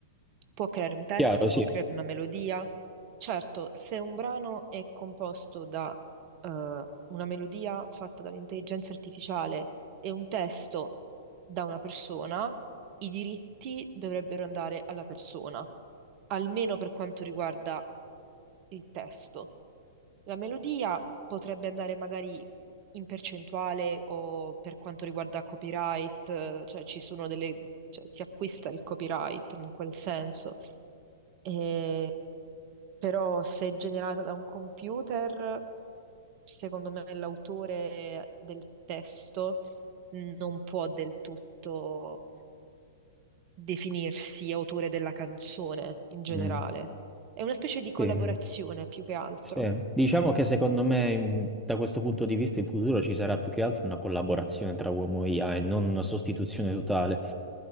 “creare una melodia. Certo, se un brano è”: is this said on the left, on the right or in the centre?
Right